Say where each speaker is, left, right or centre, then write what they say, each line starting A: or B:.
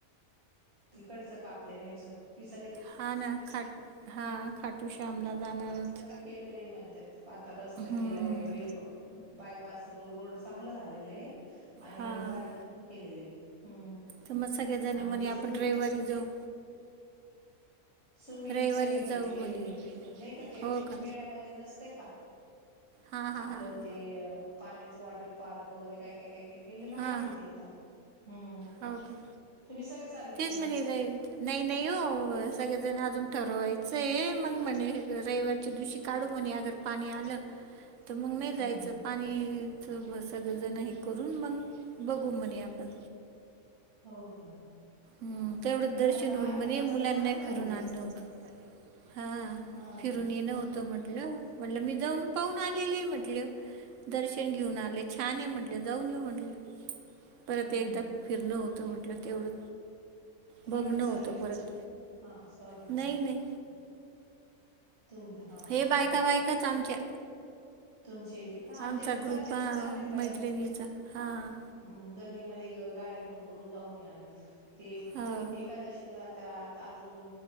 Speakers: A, on the right; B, on the right.
A: इकडचं का आपलं ह्याच पिसा दे.
B: हा ना खाट हा खाटू श्यामला जाणार होतो.
A: केलेलं आहे म्हणतात आता रस्ता
B: हम्म.
A: केलाय बीडप बायपास र रोड चांगला झालेलं आहे. आणि
B: हा
A: गार्डन पण केलेले हम्म.
B: तर मग सगळेजने
A: आणि
B: म्हणे,
A: ते स्विमिंग
B: आपण रविवारी जाऊ.
A: स्विमिंग
B: रविवारी
A: ते हे
B: जाऊ
A: केलेले
B: म्हणे.
A: नाही का ते
B: हो का?
A: मेळ्यामध्ये नसते. ते का
B: हा हा
A: आपलं
B: हा हा
A: ते पाण्याच वॉटर पार्क वगैरे काय- काय- काय- काय केलेलं आहे
B: हा
A: तिथे आता हम्म
B: हा हो का?
A: तुम्ही सगळे. चालले
B: तेच
A: का मग
B: म्हणे जाईल. नाही- नाही हो सगळेजण अजून ठरवायचंय मग म्हणे रविवारच्या दिवशी काढू म्हणे अगर पाणी आलं.
A: <unintelligible>
B: तर मग नाही जायचं
A: हम्म हम्
B: पाणीच ब सगळं जण हे करून मग बघू म्हणे आपण
A: हो का?
B: हम् तेवढं
A: नाही
B: दर्शन
A: आता
B: होईल
A: आहे ना
B: म्हने
A: रस्ता
B: मुलांनाही
A: चांगला
B: फिरून
A: झालेला
B: आणण
A: आहे
B: होते. हा!
A: हा
B: फिरून
A: का
B: येणं होतं म्हटलं- म्हटलं मी जाऊन पाहून आलेली म्हंटलं. दर्शन घेऊन आले, छान आहे म्हटले, जाऊन येऊ म्हटले. परत
A: हम्म
B: एकदा फिरणं होतं म्हटलं तेवढं.
A: प्रणित
B: बघणं
A: चाललंय
B: होतं परत
A: हा सॉरी
B: नाही
A: हा
B: नाही.
A: तुम हा
B: हे
A: बरं
B: बायका- बायकाच आमच्या
A: तुमच्या इथे का आमच्या
B: आमचा
A: इथे चा
B: ग्रुप हा
A: खूप चालल्या आहेत बायका
B: मैत्रिणीचा हां
A: हम् गल्लीमध्ये ग गाड्या भरभर जाऊनी आलीत. ते
B: हो
A: एकादशीला जातात आजून